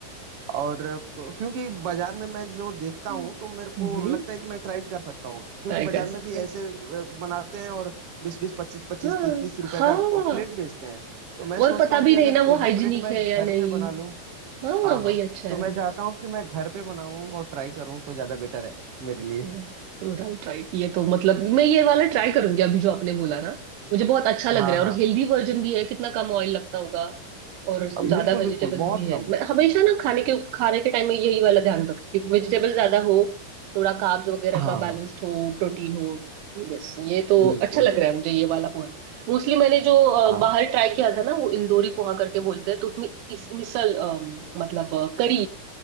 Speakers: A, on the right (about 55°); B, on the right (about 80°).
A: और प- क्योंकि बाजार में मैं जो देखता
B: हम्म
A: हूँ तो मेरे
B: हम्म
A: को लगता है कि मैं ट्राई कर सकता हूँ क्योंकि
B: ट्राई कर
A: बाजार में
B: सकते
A: भी ऐसे
B: हैं
A: अ, बनाते हैं और बीस बीस पच्चीस पच्चीस
B: हाँ
A: तीस तीस रुपए
B: हाँ
A: का प्लेट बेचते हैं तो मैं
B: और
A: सोचता
B: पता
A: हूँ
B: भी
A: कि अगर
B: नहीं ना वो
A: एक
B: हाइजीनिक
A: दो प्लेट मैं
B: है
A: घर
B: या नहीं
A: पे बना लूँ
B: हाँ
A: हाँ हाँ
B: वही अच्छा है
A: तो मैं चाहता हूँ कि मैं घर पे बनाऊँ और ट्राई करूँ तो ज्यादा बेटर है मेरे लिए
B: राइट राइट ये तो मतलब मैं ये वाला ट्राई करूंगी अभी जो आपने बोला ना मुझे बहुत अच्छा लग
A: हाँ
B: रहा है
A: हाँ
B: और हेल्दी वर्जन भी है कितना कम ऑयल लगता होगा और ज्यादा
A: बिल्कुल
B: वेजिटेबल्स
A: बिल्कुल बहुत
B: भी है
A: कम
B: मैं हमेशा ना खाने के खाने के टाइम में यही वाला ध्यान रखती हूँ कि वेजिटेबल ज्यादा हो थोड़ा कार्ब्स वगैरह
A: हाँ
B: का बैलेंस्ड
A: हाँ
B: हो प्रोटीन हो यस ये तो
A: बिल्कुल
B: अच्छा लग रहा है मुझे ये वाला पोहा मोस्टली मैंने जो अ,
A: हाँ
B: बाहर ट्राई किया था ना वो इंदौरी पोहा करके बोलते हैं तो उसमें इस मिसल अम, मतलब करी